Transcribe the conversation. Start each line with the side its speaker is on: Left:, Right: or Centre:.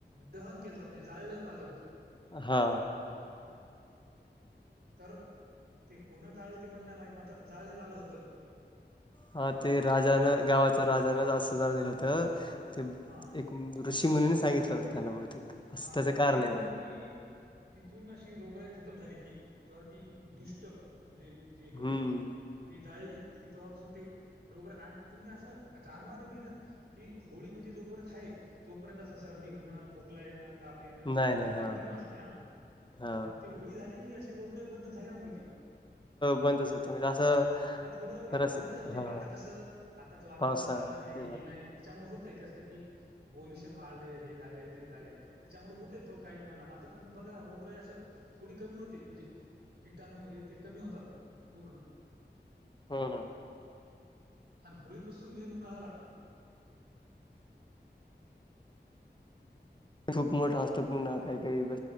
Right: दहन केलंत म्हणजे जाळ आलं होतं
Left: हा
Right: तर ते कोण जाळलं ते मला नाही माहित मात्र जाळत आलं होतं
Left: हा ते राजान गावाच राजान असं जाळलेल होत ते
Right: हां.
Left: एक ऋषीमुनीने सांगितलं होत त्यांना बहुतेक असं
Right: हा
Left: त्याचं
Right: तर
Left: कारण
Right: ते म्हणणं
Left: आहे मग
Right: की तिथून अशी रोगराई खतम झाली ती जेव्हा ती दुष्ट म्हणजे जी होती
Left: हम्म
Right: ती जाळली की तेव्हापासून ते रोग तुम्ही असं जाणवान बिन कि होळी म्हणजे जोपर्यंत आहे तोपर्यंत असं सर्दी होणं खोकला येणं ताप हे
Left: नाही नाही हा
Right: कंटिन्यू असते आणि
Left: हा
Right: ते होळी झाली की अशी रोग रे बंदच झाल्या होती.
Left: बंदच होते म्हणजे असं
Right: आता थोडं
Left: खरंच
Right: आता होतय म्हणजे
Left: हा
Right: आता कसं. आताचं वातावरण
Left: पावसाळ्यात
Right: चांगलं नाही हे नाही त्याच्यामुळे होतय कस का की पोल्युशन वाढलंय हे झालंय. ते झाले त्याच्यामुळे होते काही जणांना मात्र तुम्ही बघा रोगराई असं थोडी कमी होते म्हणजे कीटाणू हे ते कमी होतात पूर्ण.
Left: हो ना.
Right: आणि होळीपसून मेन उन्हाळा लागतो.
Left: खूप मोठा असतो पुन्हा काही काही ब